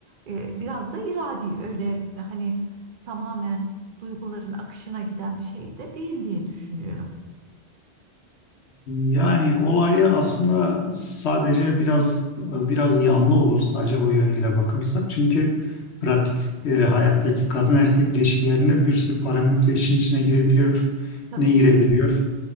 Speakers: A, on the right; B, on the left.
A: e, biraz da iradi öyle hani tamamen duyguların akışına giden bir şey de değil diye düşünüyorum.
B: Yani olayı aslında sadece biraz biraz yanlı olur sadece o yönüyle bakarsak. Çünkü pratik e, hayattaki kadın erkek ilişkilerinde bir sürü parametre işin içine girebiliyor.
A: Tabii.
B: Ne girebiliyor?